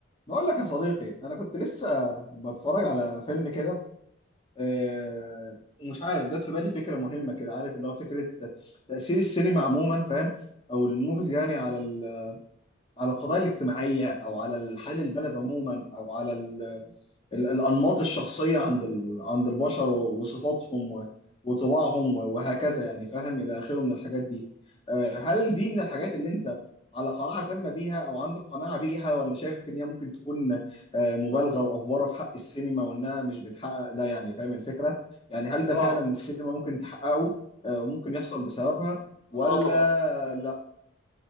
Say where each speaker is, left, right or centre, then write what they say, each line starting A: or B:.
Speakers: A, on the left (about 25°); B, on the left (about 75°).
A: بقول لك يا صديقي انا كنت لسه بتفرج على فيلم كده آه، ومش عارف جت في بالي فكره مهمه كده عارف اللي هو فكره تاثير السينما عموما فاهم او الموvies يعني على ال- على القضايا الاجتماعيه او على حال البلد عموما او على ال- الأنماط الشخصية عند ال... عند البشر و- وصفاتهم و... وطباعهم و... وهكذا يعني فاهم إلى آخره من الحاجات دي آه، هل دي من الحاجات اللي أنت على قناعة تامة بيها أو عندك قناعة بيها ولا شايف إن هي ممكن تكون آه، مبالغة وأفوارة في حق السينما وإنها مش بتحقق ده يعني فاهم الفكرة؟ يعني هل ده
B: اه
A: فعلا السينما ممكن تحققه آه، وممكن يحصل بسببها ولا
B: اه طبعا
A: لا؟